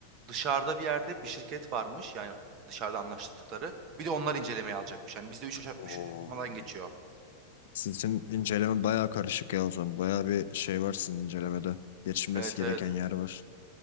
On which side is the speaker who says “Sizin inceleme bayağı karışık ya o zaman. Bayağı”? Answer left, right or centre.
Left